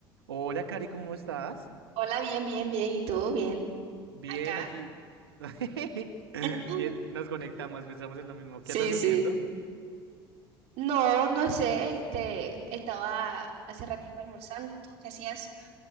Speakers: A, on the right; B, on the right.
A: Hola, Cari, ¿cómo estás?
B: Hola, bien, bien, bien. ¿Y tú? Bien.
A: Bien,
B: Acá.
A: aquí. <laughs>
B: <clears throat>
A: Bien,
B: <laughs>
A: nos conectamos, pensamos en lo mismo.
B: Sí,
A: ¿Qué andas haciendo?
B: sí. No, no sé, este, estaba hace ratito almorzando y tú qué hacías.